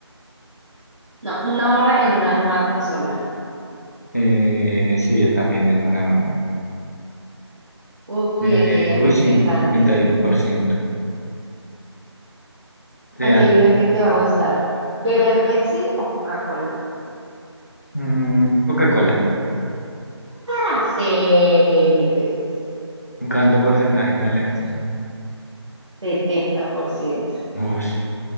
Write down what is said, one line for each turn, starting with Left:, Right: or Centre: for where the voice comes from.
Right: No, una hora en una nueva consola.
Left: Eh, sí, yo también en una nueva.
Right: Uy,
Left: Eh,
Right: aquí hay algo
Left: uy,
Right: interesante.
Left: 51%. Sí,
Right: Aquí
Left: dale.
Right: hay una que te va a gustar. ¿Beber Pepsi o Coca-Cola?
Left: Mm, Coca-Cola.
Right: ¡Ah! Sí, mil veces.
Left: ¿Cuánto porcentaje sale en
Right: A ver,
Left: eso?
Right: Setenta por ciento.
Left: Uy,